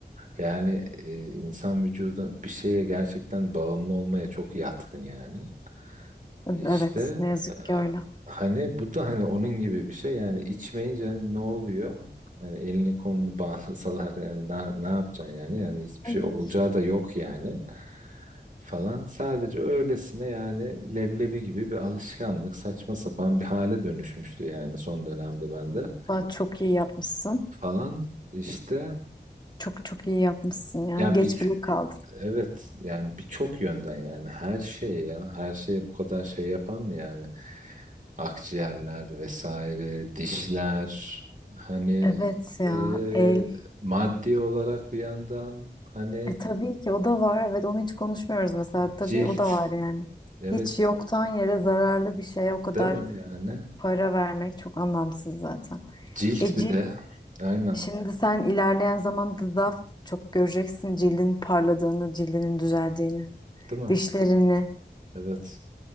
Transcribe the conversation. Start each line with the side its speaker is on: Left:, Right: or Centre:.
Right: Yani e, insan vücuda bir şeye gerçekten bağımlı olmaya çok yatkın yani. İşte
Left: Evet, ne yazık
Right: e,
Left: ki öyle.
Right: hani bu da hani onun gibi bir şey yani içmeyince hani ne oluyor? Yani elini kolunu <laughs> bağlasalar yani ne, ne yapacaksın yani? Yani hiçbir
Left: Ay,
Right: şey olacağı da yok yani falan. Sadece öylesine yani leblebi gibi bir alışkanlık saçma sapan bir hale dönüşmüştü yani son dönemde bende
Left: vallahi çok iyi yapmışsın.
Right: falan işte
Left: Çok çok iyi yapmışsın yani
Right: ya
Left: geç
Right: bir
Left: bile kaldın.
Right: Evet yani birçok yönden yani her şey ya her şeye bu kadar şey yapar mı yani akciğerler vesaire dişler hani
Left: Evet ya
Right: e,
Left: el
Right: maddi olarak bir yandan hani
Left: E tabii ki o da var. Evet onu hiç konuşmuyoruz mesela. Tabii
Right: cilt
Left: o da var yani.
Right: evet
Left: Hiç yoktan yere zararlı bir şeye o kadar
Right: değil mi yani
Left: para vermek çok anlamsız zaten.
Right: cilt
Left: E
Right: bir
Left: cilt
Right: de aynen
Left: şimdi sen ilerleyen zamanda daha çok göreceksin cildin parladığını, cildinin düzeldiğini,
Right: değil mi
Left: dişlerini,
Right: evet